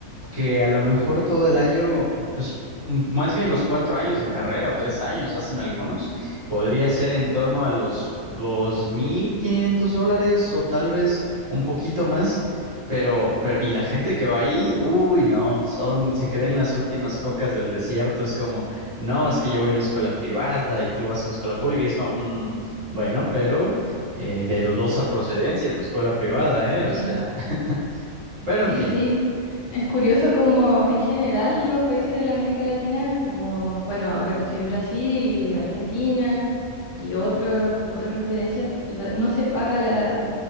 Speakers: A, on the right; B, on the left.
A: que a lo mejor todo el año, pues m- más bien los cuatro años de carrera o tres años hacen algunos, podría ser en torno a los 2.500 dólares o tal vez un poquito más, pero, pero, y la gente que va ahí, uy, no, son, se creen las últimas cocas del desierto, es como, no, es que yo voy a una escuela privada y tú vas a una escuela pública, y es como, "Mm, bueno, pero eh, de dudosa procedencia tu escuela privada, ¿eh?
B: sí
A: O sea, <laughs> pero
B: Sí,
A: en fin.
B: sí. Es curioso como en general en los países de la América Latina, como, bueno, ahora que estoy en Brasil y Argentina y otros, otras referencias, la- no se paga la,